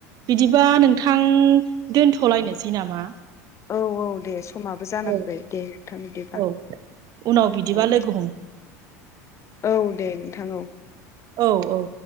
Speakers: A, on the right; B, on the left.
A: बिदिबा नोंथां दोनथ'लायनोसै नामा
B: औ औ दे समाबो जाना
A: औ
B: फैबाय दे नोंथां बिदिबा
A: औ उनाव बिदिबा
B: औ
A: लोगो हम
B: औ दे नोंथां औ
A: औ औ